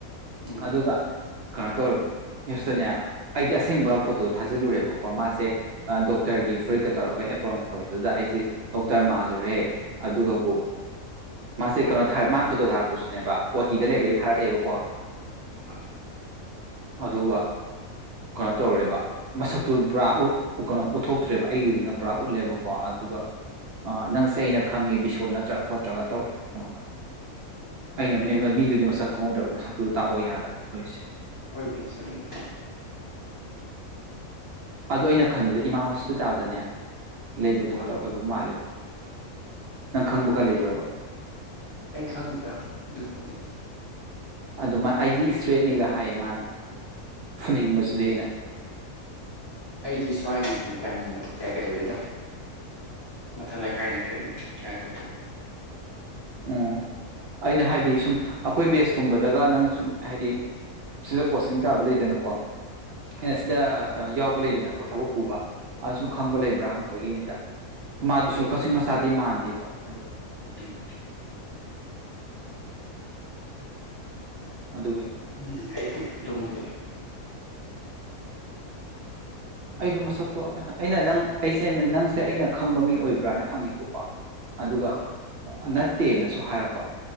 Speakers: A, on the left (about 20°); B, on the right (about 70°).
A: ꯎꯝ
B: ꯑꯗꯨꯒ ꯀꯩꯅꯣ ꯇꯧꯔꯤꯕ <unintelligible> ꯑꯩꯗꯤ ꯑꯁꯦꯡꯕ ꯐꯣꯇꯣ ꯊꯥꯖꯤꯜꯂꯨꯔꯦꯕ ꯀꫭ ꯃꯥꯁꯦ ꯗꯣꯛꯇꯔꯒꯤ ꯐꯨꯔꯤꯠꯀ ꯇꯧꯔꯒ ꯑꯦꯄ꯭ꯔꯣꯟꯒ ꯇꯧꯕꯗꯨꯗ ꯑꯩ ꯁꯤ ꯗꯣꯛꯇꯔ ꯃꯥꯜꯂꯨꯔꯦ ꯑꯗꯨꯒꯕꯨ ꯃꯥꯁꯦ ꯀꯩꯅꯣ ꯊꯥꯔ ꯃꯥꯅ ꯐꯣꯇꯣ ꯊꯥꯔꯛꯄꯁꯨꯅꯦꯕ ꯑꯣ ꯇꯤꯗ ꯂꯩꯕꯩ ꯊꯥꯔꯛꯑꯦꯕꯀꯣ
A: ꯑ
B: ꯑꯗꯨꯒ ꯀꯅꯣ ꯇꯧꯔꯦꯕ ꯃꯁꯛꯇꯨ ꯄꯨꯔꯥ ꯎꯠꯊꯣꯛꯇ꯭ꯔꯦꯕꯀꫭ ꯑꯩꯒꯤꯗꯨꯅ ꯄꯨꯔꯥ ꯎꯠꯂꯦꯕꯀꯣ ꯑꯗꯨꯒ ꯑ ꯅꯪꯁꯦ ꯑꯩꯅ ꯈꯪꯉꯦ ꯕꯤꯁꯣ ꯅꯠꯇ꯭ꯔ ꯈꯣꯠꯇ꯭ꯔꯒ ꯇꯧꯔꯑꯦ ꯈꯪꯉꯕ꯭ꯔꯥ ꯑꯩꯅ ꯃꯤ ꯃ ꯃꯤꯗꯨꯗꯤ ꯃꯁꯛ ꯈꯪꯍꯧꯗ꯭ꯔꯕ ꯃꯁꯛꯇꯨ ꯇꯥꯛꯑꯣ ꯌꯥꯗꯕ ꯇꫭꯏꯁꯦ
A: ꯑꯣꯏ ꯗꯦ ꯁꫭꯏꯗꯅ
B: ꯑꯗꯣ ꯑꯩꯅ ꯈꯟꯕꯗ ꯏꯃꯥ ꯍꯣꯁꯄꯤꯇꯥꯜꯗꯅꯦ ꯂꯩꯕ ꯗꯣꯛꯇꯔ
A: ꯑꯥ
B: ꯑꯣꯏꯕ ꯃꯥꯜꯂꯦꯕ ꯅꯪ ꯈꯪꯕꯒ ꯂꯩꯕ꯭ꯔꯕ
A: ꯑꯩ ꯈꯪꯗꯦꯗ ꯑꯗꯨꯒꯨꯝꯕꯗꯤ
B: ꯑꯗꯨꯃ ꯑꯩꯗꯤ ꯁꯇ꯭ꯔꯦꯠꯅꯤꯒ ꯍꯥꯏꯌꯦ ꯃꯥꯅ ꯐꯨꯅꯤꯡꯕꯁꯤꯗꯤ
A: ꯎꯝ
B: ꯑꯩꯅ
A: ꯑꯩꯗꯤ ꯁ꯭ꯋꯥꯏꯒꯤꯗꯤ ꯀꯥ ꯍꯦꯟꯅ ꯀꯌꯥ ꯀꯩ ꯇꯧꯗꯦꯗ ꯃꯊꯛ ꯂꯩꯀꯥꯏ ꯅꯠꯇ꯭ꯔꯗꯤ ꯀꯌꯥ ꯇꯧꯗꯦꯗ
B: ꯑꯣ ꯑꯩꯅ ꯍꯥꯏꯗꯤ ꯁꯨꯝ ꯑꯈꯣꯏ ꯕꯦꯖꯀꯨꯝꯕꯗꯒ ꯅꯪ ꯁꯨꯝ ꯍꯥꯏꯗꯤ ꯁꯤꯗ ꯄꯣꯁꯇꯤꯡ ꯇꯥꯕ ꯂꯩ ꯗꯅꯀꯣ ꯑꯩꯅ ꯁꯤꯗ ꯀꯩꯅꯣ ꯌꯥꯎꯕ ꯂꯩꯗꯅꯀꯣ ꯊꯕꯛ ꯄꯨꯕ ꯑ ꯁꯨꯝ ꯈꯪꯕ ꯂꯩꯕ꯭ꯔꯥ ꯍꯪꯕꯒꯤꯅꯤꯗ ꯃꯥꯗꯨꯁꯨ
A: ꯂꯩꯇꯦ
B: ꯀꯛꯆꯤꯡ ꯃꯆꯥꯥꯗꯤ ꯃꯥꯟꯗꯦꯕ ꯑꯗꯣ
A: ꯎꯝ
B: ꯑꯗꯨꯒꯤꯅꯦ
A: ꯎꯝ ꯍꯥꯏꯗꯤ ꯑꯗꯨꯨꯝꯝꯕꯗꯤ
B: ꯑꯩꯗꯣ ꯃꯁꯛꯇꯣ ꯑꯩꯅ ꯅꯪ ꯑꯩꯁꯦ ꯅꯪꯁꯦ ꯑꯩꯅ ꯈꯪꯕ ꯃꯤ ꯑꯣꯏꯕ꯭ꯔꯥꯅ ꯍꯪꯉꯦꯕꯀꯣ ꯑꯗꯨꯒ
A: ꯑꯥ
B: ꯅꯠꯇꯦꯅꯁꯨ ꯍꯥꯏꯔꯛꯄ